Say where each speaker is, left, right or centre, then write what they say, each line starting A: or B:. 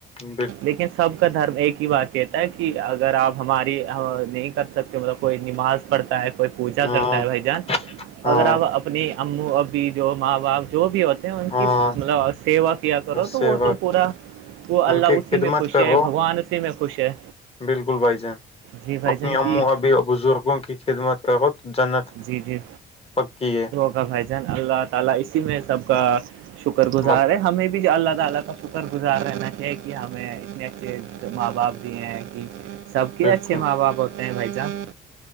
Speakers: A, on the left; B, on the right.
A: بال
B: لیکن سب کا دھرم ایک ہی بات کہتا ہے کہ اگر آپ ہماری نہیں کر سکتے مطلب کوئی نماز پڑتا ہے کوئی پوجا
A: ہاں
B: کرتا ہے بھائی جان
A: ہاں
B: اگر آپ اپنی او ابی جو ماں باپ جو بھی ہوتے ان
A: ہاں
B: کی مطلب سیوا کیا کرو تو
A: سے
B: وہ
A: وقت
B: تو پورا وہ اللہ
A: ان کی
B: اسی
A: خدمت
B: میں خوش
A: کرو
B: ہے بھگوان اسی میں خوش ہے
A: بالکل بھائی جان
B: جی بھائی
A: اپنی
B: جان
A: امو
B: کی
A: ابھی اور بزرگوں کی خدمت کرو جنت
B: جی جھر
A: پکی ہے
B: کا بھ جان اللہ تعالی اسی میں سب کا شکر گزار
A: بل
B: ہے ہمیں بھی اللہ تعالی کا شکر گزار رہنا چاہیے کہ ہمیں اتنے اچھے ماں باپ دیے ہیں سب کے
A: بالکل
B: اچھے ماں باپ ہوتے ہیں بھائی جان